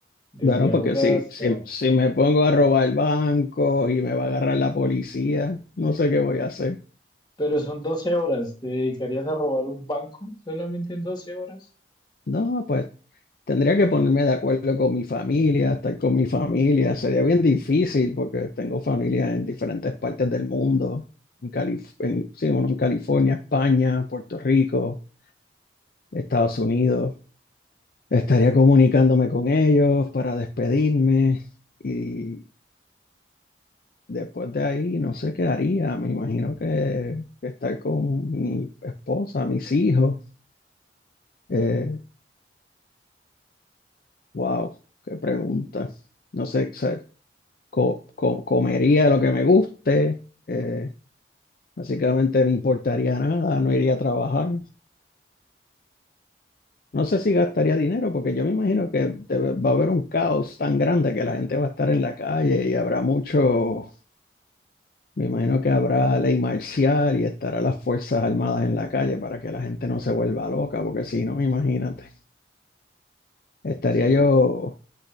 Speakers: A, on the left (about 25°); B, on the left (about 50°).
A: Desde
B: Bueno,
A: ahora
B: porque si,
A: hasta...
B: si, si me pongo a robar el banco y me va a agarrar la policía, no sé qué voy a hacer.
A: Pero son 12 horas. ¿Te dedicarías a robar un banco solamente en 12 horas?
B: No, pues Tendría que ponerme de acuerdo con mi familia, estar con mi familia. Sería bien difícil porque tengo familia en diferentes partes del mundo. En Calif- en- sí, uno en California, España, Puerto Rico, Estados Unidos. Estaría comunicándome con ellos para despedirme y después de ahí no sé qué haría. Me imagino que que estar con mi esposa, mis hijos. Eh, wow, qué pregunta. No sé, o sea, co- co- comería lo que me guste, eh, básicamente me importaría nada, no iría a trabajar. No sé si gastaría dinero, porque yo me imagino que debe- va a haber un caos tan grande que la gente va a estar en la calle y habrá mucho, me imagino que habrá ley marcial y estará las Fuerzas Armadas en la calle para que la gente no se vuelva loca, porque si no, imagínate, estaría
A: Sí,
B: yo